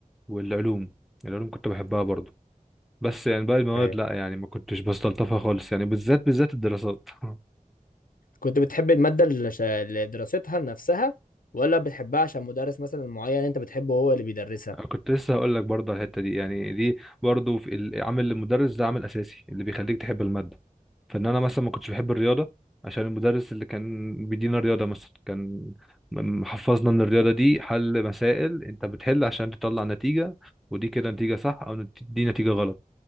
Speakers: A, in the centre; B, on the left.
A: والعلوم العلوم كنت بحبها برضو بس يعني باقي المواد
B: ايوه
A: لا يعني ما كنتش بستلطفها خالص يعني بالذات بالذات الدراسات <laughs>
B: كنت بتحب الماده اللي ش- اللي دراستها نفسها ولا بتحبها عشان مدرس مثلا معين انت بتحبه هو اللي بيدرسها
A: كنت لسه هقول لك برضه على الحته دي يعني دي برضه في ال- عامل المدرس ده عامل اساسي اللي بيخليك تحب الماده فان انا مثلا ما كنتش بحب الرياضه عشان المدرس اللي كان بيدينا الرياضه مثلا كان م- محفظنا ان الرياضه دي حل مسائل انت بتحل عشان تطلع نتيجه ودي كده نتيجه صح او نت- دي نتيجه غلط